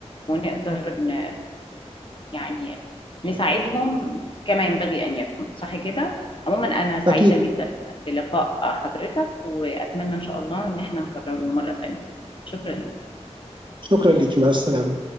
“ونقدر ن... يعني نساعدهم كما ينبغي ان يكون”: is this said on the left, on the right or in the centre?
Left